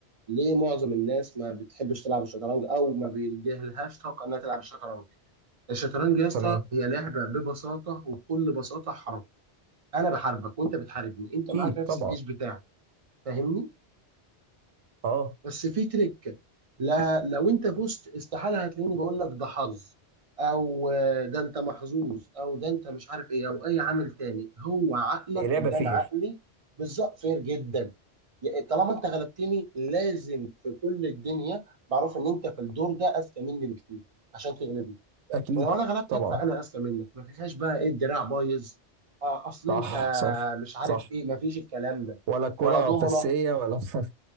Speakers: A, on the right; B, on the right.
A: ليه معظم الناس ما بتحبش تلعب الشطرنج او ما بيجيلهاش طاقه انها تلعب الشطرنج الشطرنج يا اسطى
B: تمام
A: هي لعبه ببساطه وبكل بساطه حرب انا بحاربك وانت بتحاربني انت
B: اكيد
A: معاك نفس
B: طبعا
A: الجيش بتاعك فاهمني
B: اه
A: بس في تريك لا لو انت فزت استحاله هتلاقيني بقول لك ده حظ او آه، ده انت محظوظ او ده انت مش عارف ايه او اي عامل تاني هو عقلك
B: هي لعبه
A: قدام
B: فير
A: عقلي بالظبط فير جدا يعني طالما انت غلبتني لازم في كل الدنيا معروف ان انت في الدور ده اذكى مني بكتير عشان تغلبني
B: اكيد
A: ولو انا غلبتك
B: طبعا
A: فانا اذكى منك ما فيهاش بقى ايه الدراع بايظ آه، اصل
B: صح
A: انت
B: صح
A: مش عارف
B: صح
A: ايه ما فيش الكلام ده
B: ولا الكرة
A: ولا دومنه
B: مفسية ولا <laughs>